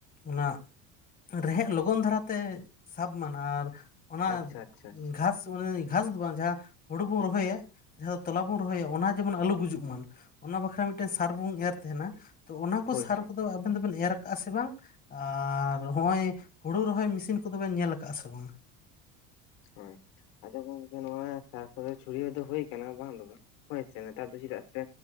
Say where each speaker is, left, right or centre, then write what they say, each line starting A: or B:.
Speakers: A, on the left; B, on the left.
A: ᱚᱱᱟ ᱨᱮᱦᱮᱜ ᱞᱚᱜᱚᱱ ᱫᱷᱟᱨᱟ ᱛᱮ ᱥᱟᱵ ᱢᱟᱱᱟ ᱟᱨ ᱚᱱᱟᱻ
B: ᱟᱪᱪᱷᱟ ᱟᱪᱪᱷᱟ ᱟᱪᱪᱷᱟ
A: ᱜᱷᱟᱥ, ᱣᱟᱱᱮ ᱜᱷᱟᱥ ᱫᱚ ᱵᱟᱝ ᱡᱟᱦᱟᱸ ᱦᱩᱲᱩ ᱵᱩ ᱨᱚᱦᱚᱭᱮᱜ ᱡᱟᱦᱟᱸ ᱣᱚ ᱛᱚᱞᱟ ᱵᱚᱱ ᱨᱚᱦᱚᱭᱮ, ᱚᱱᱟ ᱡᱮᱢᱚᱱ ᱟᱞᱩ ᱜᱩᱡᱩᱜ ᱢᱟᱱ, ᱚᱱᱟ ᱵᱟᱠᱷᱨᱟ ᱢᱤᱜᱴᱮᱱ ᱥᱟᱨ ᱵᱩᱝ ᱮᱨ ᱛᱮᱦᱮᱱᱟ᱾ ᱛᱚ ᱚᱱᱟ ᱠᱚ
B: ᱦᱳᱭ
A: ᱥᱟᱨ
B: ᱦᱳᱭ
A: ᱠᱚᱫᱚ ᱟᱵᱮᱱ-ᱫᱚᱵᱮᱱ ᱮᱨ ᱠᱟᱜᱼᱟ ᱥᱮ ᱵᱟᱝ? ᱟᱼᱨ ᱦᱚᱸᱜᱼᱚᱸᱭ ᱦᱩᱲᱩ ᱨᱚᱦᱚᱭ ᱢᱤᱥᱤᱱ ᱠᱚᱫᱚ ᱵᱮᱱ ᱧᱮᱞ ᱠᱟᱜᱼᱟ ᱥᱮ ᱵᱟᱝ?
B: ᱦᱳᱭ, ᱟᱫᱚ ᱜᱚᱝᱠᱮ, ᱱᱚᱣᱟ ᱥᱟᱨ ᱠᱚᱫᱚ ᱪᱷᱩᱲᱭᱟᱹᱣ ᱫᱚ ᱦᱩᱭ ᱠᱟᱱᱟ ᱵᱟᱝ ᱫᱚ ᱵᱟ᱾ ᱦᱳᱭ ᱥᱮ, ᱱᱮᱛᱟᱨ ᱫᱚ ᱪᱤᱫᱟᱜ ᱥᱮ